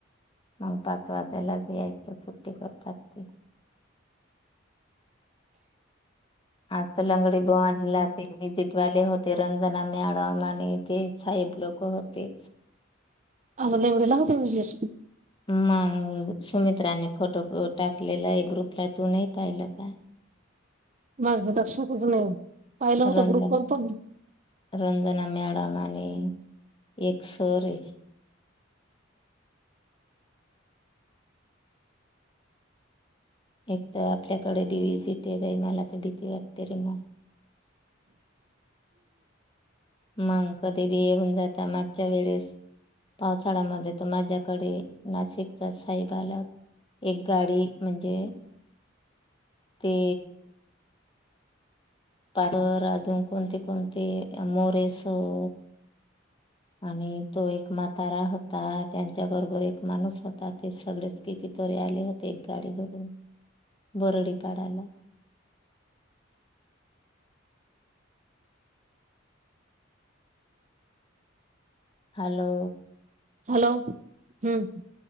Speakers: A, on the left; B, on the right.
A: मग पाच वाजाला यायचं सुट्टी करतात ते. <unintelligible> विजिट वाले होते. ते रंजना मॅडम आणि ते साहेब लोक होते.
B: <unintelligible>
A: मग सुमित्राने फोटो टाकलेला आहे ग्रुपला तू नाही पाहिलं का.
B: माझं लक्षातच नाही. पाहिलं होतं
A: रंजन
B: ग्रुप वर पण
A: रंजना मॅडम आणि एक सर ए. एक तर आपल्याकडे बी विजिट आहे बाई मला त भीती वाटते रे म. मंग कधी बी येऊन जाता मागच्या वेडेस पावसाळ्यामधे तर माझ्याकडे नाशिकचा साहेब आला होता एक गाडी म्हणजे ते पाडर अजून कोणते कोणते मोरे सर आणि तो एक म्हातारा होता. त्यांच्या बरोबर एक माणूस होता. ते सगळेच कितीतरी आले होते. एक गाडी भरून बरडी पाडायला. हॅलो.
B: हॅलो हुं